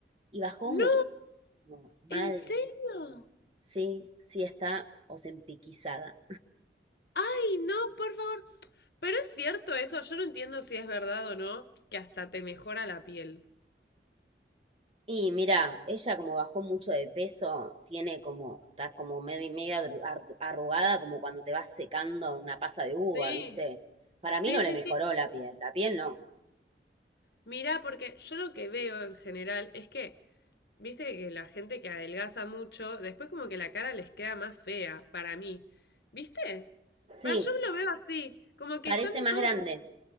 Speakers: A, on the right (about 35°); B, on the left (about 60°).
A: y bajó
B: ¡No!
A: muchísimo, mal,
B: ¿En serio?
A: sí, sí está ozempicizada.
B: ¡Ay, no, por favor! Pero es cierto eso, yo no entiendo si es verdad o no, que hasta te mejora la piel.
A: Y mira, ella como bajó mucho de peso, tiene como, está como medio y media arru- ar- arrugada, como cuando te vas secando una pasa de uva,
B: Sí,
A: ¿viste? Para
B: sí,
A: mí no le
B: sí,
A: mejoró
B: sí.
A: la piel, la piel no.
B: Mirá, porque yo lo que veo en general es que Viste que la gente que adelgaza mucho, después como que la cara les queda más fea, para mí. ¿Viste?
A: Sí,
B: Va, yo lo veo así, como que
A: parece
B: están
A: más
B: todos...
A: grande.